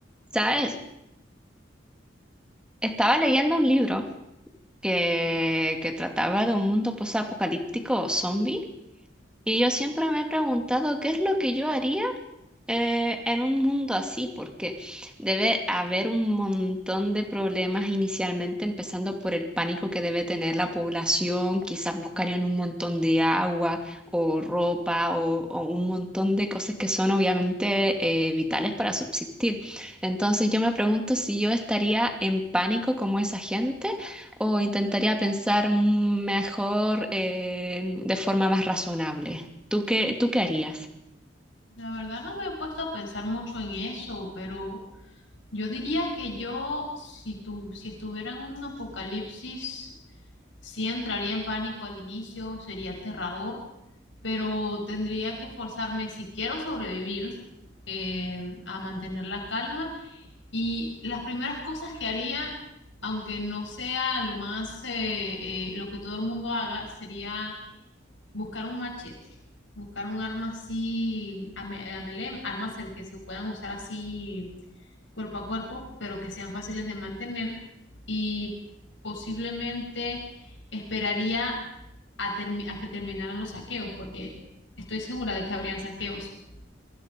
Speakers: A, in the centre; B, on the left.
A: ¿Sabes? Estaba leyendo un libro que, que trataba de un mundo posapocalíptico zombie Y yo siempre me he preguntado qué es lo que yo haría eh, en un mundo así, porque debe haber un montón de problemas inicialmente, empezando por el pánico que debe tener la población, quizás buscarían un montón de agua o ropa o, o un montón de cosas que son obviamente eh, vitales para subsistir. Entonces yo me pregunto si yo estaría en pánico como esa gente o intentaría pensar mejor eh, de forma más razonable. ¿Tú qué, tú qué harías?
B: La verdad no me he puesto a pensar mucho en eso, pero yo diría que yo, si tu, si estuviera en un apocalipsis, sí entraría en pánico al inicio, sería aterrador, pero tendría que forzarme, si quiero sobrevivir, eh, a mantener la calma. Y las primeras cosas que haría, aunque no sea lo más, eh, eh, lo que todo el mundo haga, sería buscar un machete, buscar un arma así, a me- a melee, armas el que se puedan usar así cuerpo a cuerpo, pero que sean fáciles de mantener y posiblemente esperaría a, termi- a que terminaran los saqueos, porque estoy segura de que habrían saqueos.